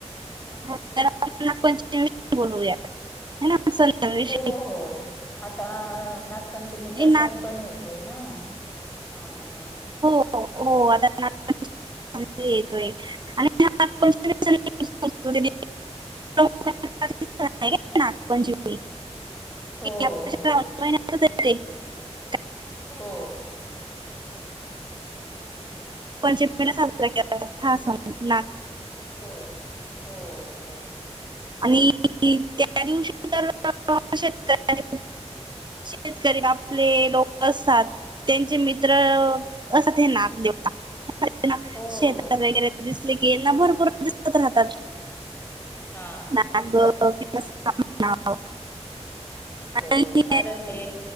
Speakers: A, on the right; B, on the left.
A: <unintelligible> सणांविषयी
B: हो हो आता नागपंचमीचा
A: हे नाग
B: सण पण येतोय ना हा हा
A: हो हो आता नागपंचिम येतोय आणि <unintelligible>
B: हो हो
A: <unintelligible> <unintelligible>
B: हो
A: पंचमीला साजरा केला जातो हा सन नाग
B: हो. हो. हो..
A: आणि त्या दिवशी तर <unintelligible> शेतकरी आपले लोक असतात त्यांचे मित्र असते नाग <unintelligible>
B: हो
A: शेतात
B: हो
A: वगैरे दिसले. येना भरपूर दिसत राहतात.
B: हा
A: नाग
B: हा!
A: <unintelligible>
B: <inaudible>
A: आणि
B: हो कारण ते